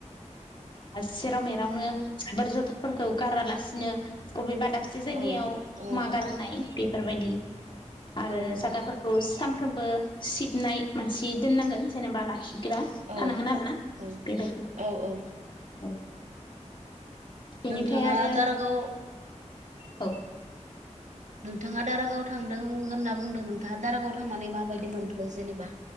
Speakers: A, on the left; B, on the right.
A: सेराव मेरावनो साबोर जथाफोरखौ गारालासिनो बबेबाब जाय
B: औ
A: जमा
B: औ
A: गारनाय बेफोरबायदि आरो
B: औ नोंथां
A: जागाफोरखौ सानफ्रोमबो सिबनाय मानसि दोननांगोन जेनेबा लाखि गा
B: औ
A: थानांगोन आरोना
B: औ
A: बेबायदि
B: औ औ
A: औ बेनिफ्राय
B: नोंथाङा
A: आरो
B: दारागाव
A: औ
B: नोंथाङा दारागाव थांदों होनना बुंदों नोंथाङा दारागाव थांनानै माबायदि मोनखो जेनेबा